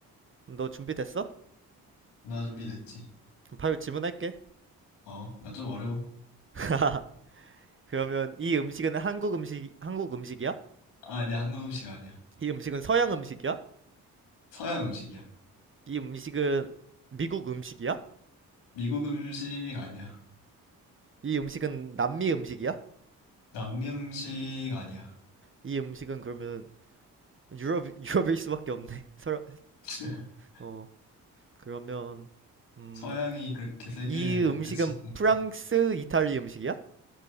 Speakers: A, on the right; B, on the left.
A: 너 준비됐어?
B: 나 준비됐지.
A: 그럼 바로 질문할게.
B: 어, 나 좀 어려워.
A: <laughs> 그러면 이 음식은 한국 음식 한국 음식이야?
B: 아, 아니야 한국 음식 아니야.
A: 이 음식은 서양 음식이야?
B: 서양 음식이야.
A: 이 음식은 미국 음식이야?
B: 미국 음식 아니야.
A: 이 음식은 남미 음식이야?
B: 남미 음식 아니야.
A: 이 음식은 그러면 유럽 <laughs> 유럽일 수밖에 없네. <laughs> 서로
B: <laughs>
A: 남어 그러면 음
B: 서양이 그렇게 세계
A: 이 음식은
B: 그치? 응,
A: 프랑스
B: 응.
A: 이탈리 음식이야?